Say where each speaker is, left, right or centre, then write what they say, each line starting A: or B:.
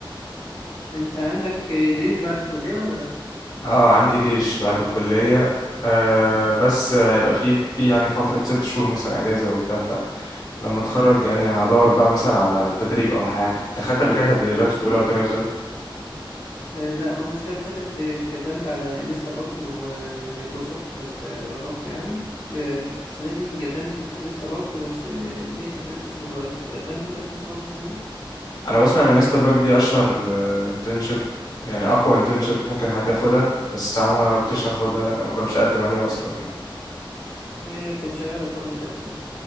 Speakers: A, on the left (about 70°); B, on the left (about 45°).
A: أنت عندك جيش بعد الكلية ولا لأ؟
B: اه عندي جيش بعد الكلية آه بس هيبقى في في يعني فترة ست شهور مثلا أجازة وبتاع فلما أتخرج يعني هدور بقى مثلا على تدريب أو حاجة أنت خدت قبل كده تدريبات في أولى وتانية وتالتة
A: آه، لا وانا السنه اللي فاتت آه، قدمت على انستا باج ومايكروسوفت بس آه، رفضت يعني آه، السنه دي قدمت في انستا باج بس آه، نتيجه التيست لسه ما ظهرتش قدمت انت في انستا باج السنه دي
B: أنا بسمع إن انستا باك دي أشهر انترنشيب يعني أقوى انترنشيب ممكن حد ياخدها بس أنا ما جربتش أخدها لا ما جربتش أقدم عليها أصلا يعني
A: هي كانت شغاله الفتره اللي فاتت